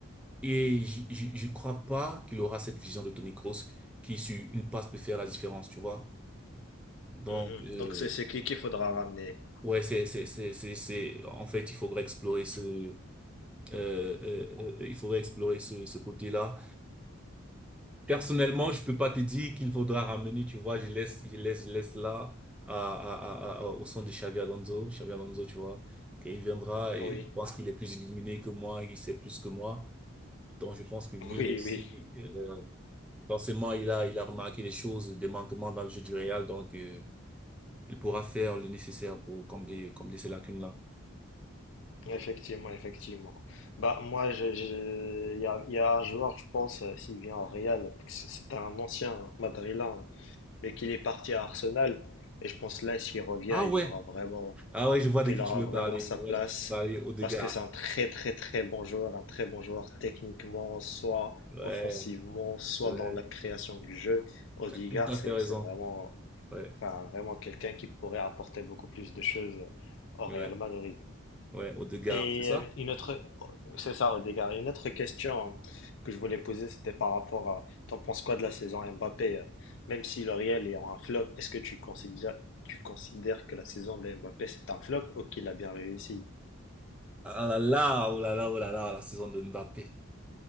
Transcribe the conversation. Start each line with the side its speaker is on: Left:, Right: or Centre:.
Centre: Et j- j- je crois pas qu'il aura cette vision de Tony Kroos qui, sur une passe, peut faire la différence, tu vois. Donc,
Left: Mhm.
Centre: euh,
Left: Donc c'est c'est qui qu'il faudra ramener?
Centre: ouais, c'est, c'est, c'est, c'est, c'est, en fait, il faudrait explorer ce, euh, euh, euh, il faudrait explorer ce, ce côté-là. Personnellement, je peux pas te dire qu'il faudra ramener, tu vois, je laisse, je laisse, je laisse là, à, à, à, à- au son de Xavi Alonso, Xavi Alonso, tu vois. qu'il viendra et
Left: Oui,
Centre: je pense qu'il est plus illuminé que moi, il sait plus que moi. Donc, je pense que lui
Left: oui,
Centre: aussi,
Left: oui.
Centre: euh, Forcément, il a, il a remarqué des choses, des manquements dans le jeu du Real, donc euh, il pourra faire le nécessaire pour combler, combler ces lacunes-là.
Left: Effectivement, effectivement. Bah, moi, j'ai- j'ai- il y a, il y a un joueur, je pense, euh, s'il vient au Real, c'est c'est un ancien madrilène, hein, mais qu'il est parti à Arsenal. Et je pense là, s'il revient,
Centre: Ah ouais,
Left: il aura vraiment,
Centre: ah ouais, je vois de
Left: il
Centre: qui
Left: aura
Centre: tu veux
Left: vraiment
Centre: parler.
Left: sa
Centre: Je
Left: place.
Centre: vois de qui tu veux parler, Odegaard.
Left: Parce que c'est un très, très, très bon joueur, un très bon joueur techniquement, soit
Centre: Ouais,
Left: offensivement, soit
Centre: ouais.
Left: dans la création du jeu. Odegaard,
Centre: Tu as tout à
Left: c'est,
Centre: fait raison.
Left: c'est vraiment,
Centre: Ouais,
Left: enfin, vraiment quelqu'un qui pourrait apporter beaucoup plus de choses au
Centre: ouais,
Left: Real Madrid.
Centre: ouais, Odegaard,
Left: Et
Centre: c'est ça?
Left: euh, une autre, c'est ça, Odegaard. Une autre question euh, que je voulais poser, c'était par rapport à, t'en penses quoi de la saison Mbappé? euh, Même si le Real est en un flop, est-ce que tu considères, tu considères que la saison de Mbappé c'est un flop ou qu'il a bien réussi?
Centre: Ah là là, oh là là, oh là là, la saison de Mbappé.